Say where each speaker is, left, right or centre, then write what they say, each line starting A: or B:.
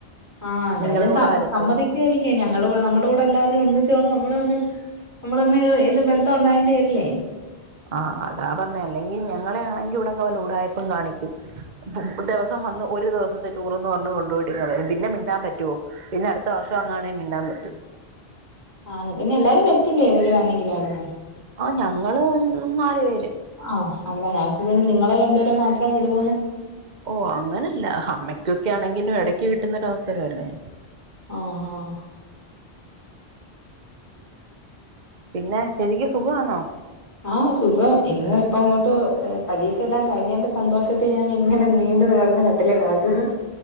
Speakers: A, on the left (about 15°); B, on the right (about 45°).
A: ആഹ് എന്തായാലും
B: നിങ്ങളെ കൂടെ
A: സ
B: വരട്ടോന്ന്
A: സമ്മതിക്കയ് ഞങ്ങളുടെ കൂടെ നമ്മുടെ കൂടെ എല്ലാരും ഒന്നിച്ചുന്ന നമ്മള് ഒന്ന് നമ്മള് ഇത് ബന്ധം ഉണ്ടായേണ്ടി വരില്ലേ?
B: ആഹ് അതാ പറഞ്ഞ അല്ലെങ്കിൽ ഞങ്ങളെണെങ്കി ഇവിടെ പോലെ ഉടായപ്പും കാണിക്കും ദിവസം വന്ന് ഒരു ദിവസത്തെ ടൂർന്ന് പറഞ്ഞ് കൊണ്ടപോ പിന്നെ മിണ്ടാൻപറ്റോ പിന്നെ അടുത്ത വർഷം അങ്ങാെങ്ക മിണ്ടാൻ പറ്റ.
A: ആഹ് പിന്നെ എല്ലാരും വരത്തില്ലേ വരുവാണെങ്കില അവിടുന്ന്?
B: ആഹ് ഞങ്ങള് മൂന്നാല് പേര്.
A: ആഹ് അല്ല ഞാൻ വിചാരിച്ച് നിങ്ങളെ രണ്ടുപേരെ മാത്രം വിടോന്ന്
B: ഓ അങ്ങനല്ല അമ്മയ്ക്കൊക്കെ ആണെങ്കിലും ഇടക്ക് കിട്ടുന്നൊര വസരംല്ലേ.
A: ആഹ് ആഹ്
B: പിന്നെ ചേച്ചിക്ക് സുഖാണോ?
A: ആഹ് സുഖം ഇന്ന് ഇപ്പ ഇങ്ങോട്ട് പരീക്ഷയെല്ലാം കഴിഞ്ഞന്റെ സന്തോഷ ത്ത് ഞാന ഇങ്ങനെ നീണ്ടു നേർന്ന് കട്ടിലേ കിടക്കുന്നു.